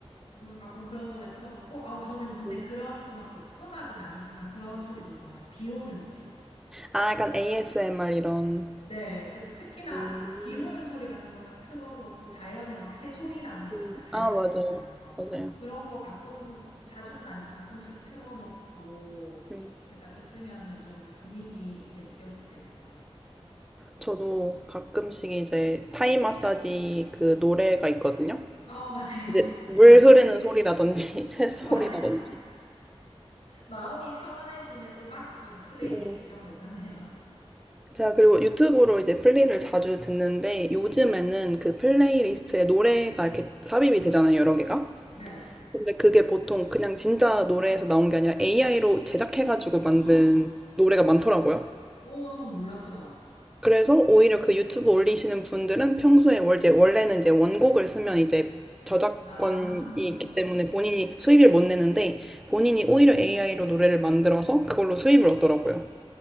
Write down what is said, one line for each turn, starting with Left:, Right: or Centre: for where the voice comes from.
Left: 그래서 가끔 그런 노래 틀어놓고, 아, 저는 근데
Centre: 음.
Left: 그런 음악도, 음악은 아니지만 그런 소리도 좋아요. 비 오는 소리.
Centre: 아, 약간 ASMR 이런.
Left: 네, 그래서 특히나
Centre: 음,
Left: 비 오는 소리 같은 거 딱 틀어놓고 자연에 막 새 소리 나는 거
Centre: 음.
Left: 있잖아요. 자연
Centre: 아, 맞아요.
Left: 소리 나는 거.
Centre: 맞아요.
Left: 그런 거 가끔, 자주는 아니지만 가끔씩 틀어놓고
Centre: 음.
Left: 그딱 있으면은 좀 분위기 있게 느껴질 때가 있더라고요.
Centre: 저도 가끔씩 이제 타이 마사지 그 노래가 있거든요.
Left: 어, <laughs> 맞아요.
Centre: 이제 물
Left: 그, 음,
Centre: 흐르는 소리라든지 <laughs> 새소리라든지.
Left: <laughs> 맞아요. 마음이 편안해지는 음악, 이런 플레이리스트
Centre: 음.
Left: 이런 거 있잖아요.
Centre: 제가 그리고 유튜브로 이제 플리를 자주 듣는데 요즘에는 그 플레이리스트에 노래가 이렇게 삽입이 되잖아요, 여러 개가.
Left: 네.
Centre: 근데 그게 보통 그냥 진짜 노래에서 나온 게 아니라 AI로 제작해가지고
Left: <gasps>
Centre: 만든
Left: 어,
Centre: 노래가 많더라고요.
Left: 오, 전 몰랐어요.
Centre: 그래서 오히려 그 유튜브 올리시는 분들은 평소에 월- 이제 원래는 이제 원곡을 쓰면 이제 저작권이
Left: 아,
Centre: 있기 때문에 본인이 수입을 못 내는데 본인이 오히려 AI로 노래를 만들어서 그걸로 수입을 얻더라고요.